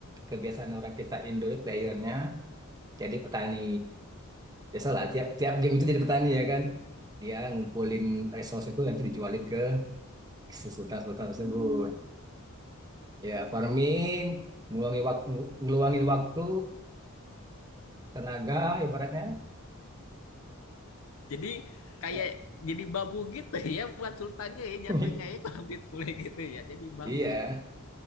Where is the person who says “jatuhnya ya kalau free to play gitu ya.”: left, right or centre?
Left